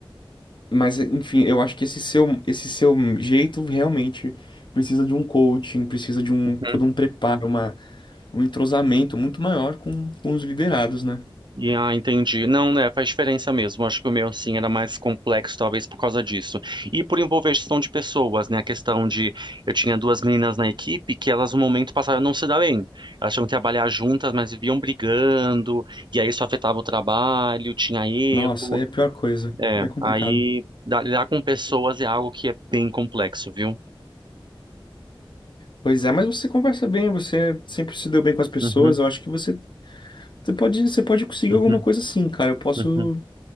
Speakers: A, on the left (about 60°); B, on the right (about 55°).
A: Mas, enfim, eu acho que esse seu, esse seu jeito realmente precisa de um coaching, precisa de um
B: uhum.
A: todo um preparo, uma, um entrosamento muito maior com, com os liderados, né?
B: E, ah, entendi. Não, né? Faz diferença mesmo. Acho que o meu, sim, era mais complexo, talvez por causa disso. E por envolver gestão de pessoas, né? A questão de. Eu tinha duas meninas na equipe que elas, no momento, passaram a não se dar bem. Elas tinham que trabalhar juntas, mas viviam brigando. E aí isso afetava o trabalho, tinha erro.
A: Nossa, aí é a pior coisa.
B: É,
A: Aí É complicado.
B: aí da- lidar com pessoas é algo que é bem complexo, viu?
A: Pois é, mas você conversa bem, você sempre se deu bem com as pessoas.
B: Uhum,
A: Eu acho que você, você pode, você pode conseguir
B: uhum,
A: alguma coisa sim, cara. Eu posso,
B: uhum,